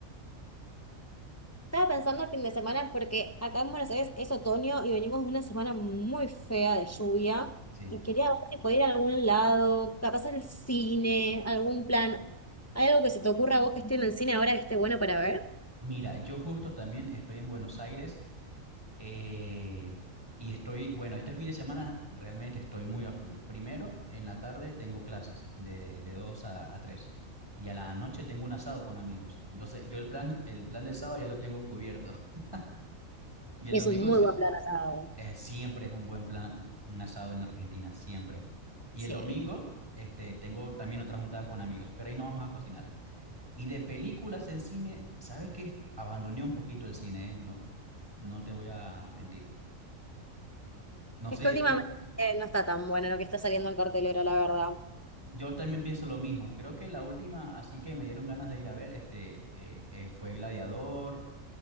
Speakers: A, on the left; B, on the right.
A: Estaba pensando el fin de semana porque acá en Buenos Aires es otoño y venimos de una semana muy fea de lluvia
B: Sí.
A: y quería ver si podía ir a algún lado, capaz al cine, algún plan. ¿Hay algo que se te ocurra a vos que esté en el cine ahora que esté bueno para ver?
B: Mira, yo justo también estoy en Buenos Aires eh, y estoy, bueno, este fin de semana realmente estoy muy a full. Primero, en la tarde tengo clases de, de 2 a, a 3 y a la noche tengo un asado con amigos. Entonces, yo el plan, el plan del sábado ya lo tengo cubierto. <laughs> Y el
A: Es
B: domingo
A: un muy
B: sí-
A: buen plan asado.
B: Eh, siempre es un buen plan uh, un asado en Argentina, siempre. Y
A: Sí.
B: el domingo, este, tengo también otra juntada con amigos, pero ahí no vamos a cocinar. Y de películas en cine, ¿sabes qué? Abandoné un poquito el cine, eh, No, no te voy a mentir. No
A: Es
B: sé,
A: que últimamente
B: n-
A: eh, no está tan bueno lo que está saliendo en cartelera, la verdad.
B: yo también pienso lo mismo. Creo que la última, así que me dieron ganas de ir a ver, este, eh, eh, fue Gladiador,